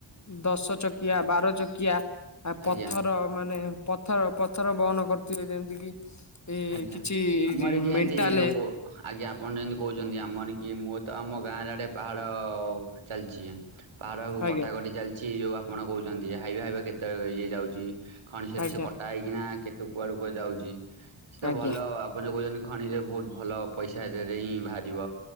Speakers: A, on the left; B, on the right.
A: ଦଶ ଚକିଆ, ବାର ଚକିଆ। ଆ
B: ଆଜ୍ଞା।
A: ପଥର ମାନେ ପଥର ପଥର ବହନ କରିଥିବେ, ଯେମିତି କିି ଏ
B: ଆଜ୍ଞା
A: କିଛି
B: ଆମ ଆଡେ କିଏ
A: ମେଣ୍ଟାଲେ
B: ଏମତି ଯୋଉ ଆଜ୍ଞା ଆପଣ ଯେମିତି କହୁଛନ୍ତି ଆମର କି ମୁଁ ତ ଆମ ଗାଁ ଆଡେ ପାହାଡ ଚାଲିଛି। ପାହାଡ଼କୁ
A: ଆଜ୍ଞା
B: କଟାକଟି ଚାଲିଛି ଯୋଉ ଆପଣ କହୁଛନ୍ତି ୟ ହାଇବା ହାଇବା କେତେ ଇଏ ଯାଉଛି, ଖଣିସରେ
A: ଆଜ୍ଞା
B: ସେ କଟା ହେଇକିନା କେତେ କୁଆଡେ କୁଆ ଯାଉଛି। ସେ ତ
A: ଆଜ୍ଞା
B: ଭଲ ଆପଣ ଯୋଉ କହୁଛନ୍ତି ଖଣିରେ ବହୁତ ଭଲ ପଇସାରେ ହିଁ ବାହାରିବ।